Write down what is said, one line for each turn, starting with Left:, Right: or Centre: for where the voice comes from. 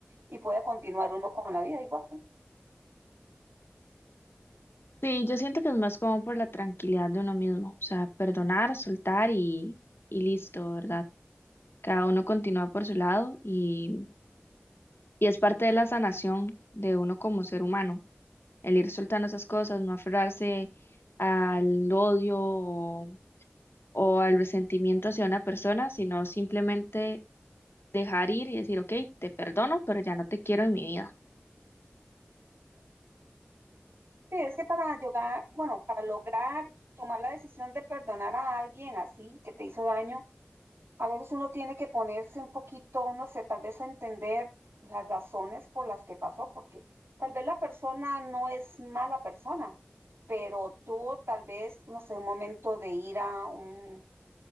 Right: y puede continuar uno con la vida igual.
Left: Sí, yo siento que es más como por la tranquilidad de uno mismo, o sea, perdonar, soltar y, y listo, ¿verdad? Cada uno continúa por su lado y, y es parte de la sanación de uno como ser humano. el ir soltando esas cosas, no aferrarse al odio o, o al resentimiento hacia una persona, sino simplemente dejar ir y decir, ok, te perdono, pero ya no te quiero en mi vida.
Right: Sí, es que para llegar, bueno, para lograr tomar la decisión de perdonar a alguien así que te hizo daño, A veces uno tiene que ponerse un poquito, no sé, tal vez a entender las razones por las que pasó, porque tal vez la persona no es mala persona, pero tuvo tal vez, no sé, un momento de ira, un-